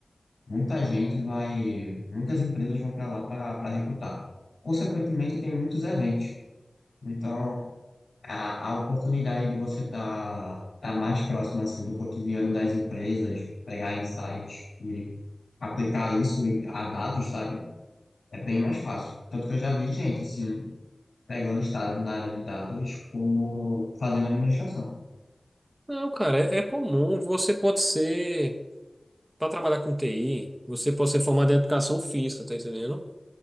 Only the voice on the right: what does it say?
Não, cara, é, é comum. Você pode ser, para trabalhar com TI, você pode ser formado em educação física, tá entendendo?